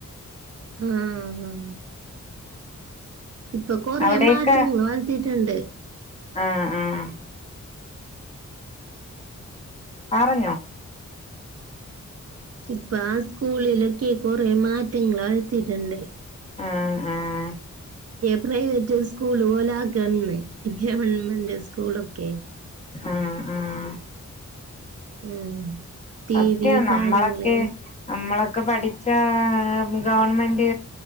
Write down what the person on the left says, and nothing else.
അവിടെയൊക്കെ
ആഹ് ആഹ് അറിഞ്ഞോ?
ആഹ് ആഹ്
ആഹ് ആഹ്
സത്യാ
നമ്മളക്കെ
നമ്മളക്ക് ക്കെ പഠിച്ചാ ഗവൺമെൻ്റ്